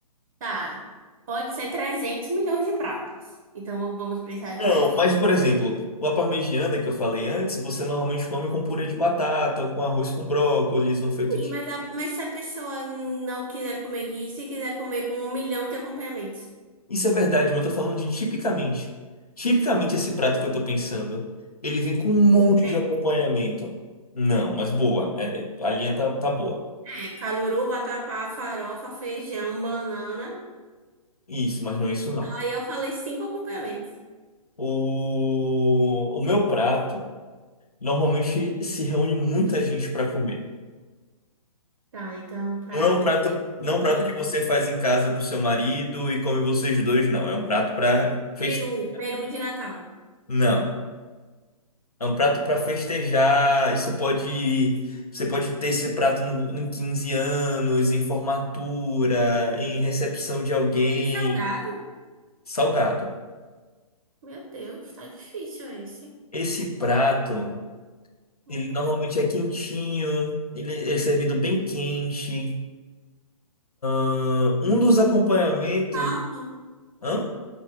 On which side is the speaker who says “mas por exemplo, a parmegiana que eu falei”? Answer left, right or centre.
Left